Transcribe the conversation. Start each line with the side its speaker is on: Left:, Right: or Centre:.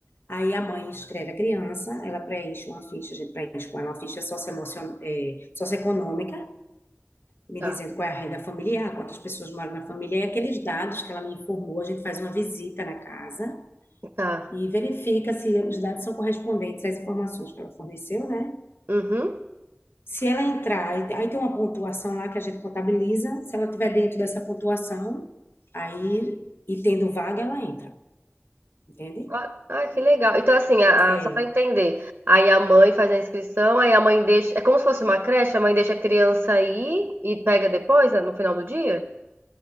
Left: Aí a mãe inscreve a criança, ela preenche uma ficha, a gente preenche com ela uma ficha socioemocion- eh, socioeconômica, me
Right: Tá,
Left: dizendo qual é a renda familiar, quantas pessoas moram na família, e aqueles dados que ela me informou, a gente faz uma visita na casa
Right: tá.
Left: e verifica se os dados são correspondentes às informações que ela forneceu, né?
Right: Uhum.
Left: Se ela entrar, aí tem uma pontuação lá que a gente contabiliza, se ela estiver dentro dessa pontuação, aí, e tendo vaga, ela entra, entende?
Right: Ah, ah, que legal. Então, assim, a-
Left: É.
Right: a- só para entender, aí a mãe faz a inscrição, aí a mãe deixa. É como se fosse uma creche, a mãe deixa a criança ir e pega depois, né, no final do dia?